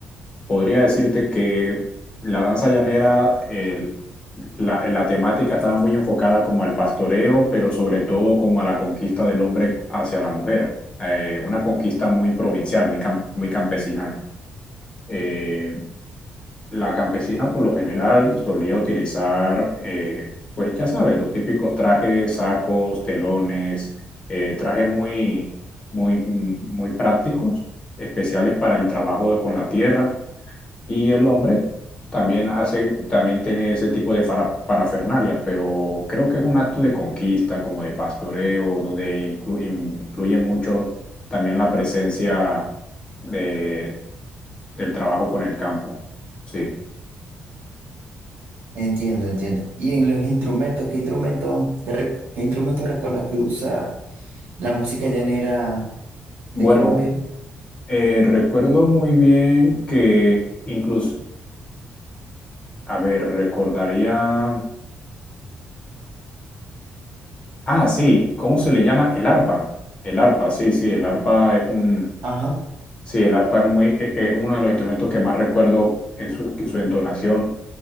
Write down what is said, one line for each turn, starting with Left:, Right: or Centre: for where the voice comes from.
Left: podría decirte que la danza llanera, el- la, la temática estaba muy enfocada como al pastoreo, pero sobre todo como a la conquista del hombre hacia la mujer. Eh, una conquista muy provincial, muy, cam- muy campesinal. Eh, La campesina por lo general solía utilizar, eh, pues ya sabes, los típicos trajes, sacos, telones, eh, trajes muy, muy, mm, muy prácticos, especiales para el trabajo de- con la tierra. Y el hombre también hace, también tiene ese tipo de fara- parafernalia, pero creo que es un acto de conquista, como de pastoreo, donde inclu- in- influye mucho también la presencia de, del trabajo con el campo. Sí.
Right: Entiendo, entiendo. Y en los instrumentos, ¿qué instrumentos, qué, re- qué instrumentos recuerdas que usa la música llanera
Left: Bueno,
Right: de Colombia?
Left: eh, recuerdo muy bien que incluso, a ver, recordaría, ah, sí, ¿cómo se le llama? El arpa. El arpa, sí, sí, el arpa es un,
Right: Ajá.
Left: sí, el arpa es muy, e- e, es uno de los instrumentos que más recuerdo en su, en su entonación.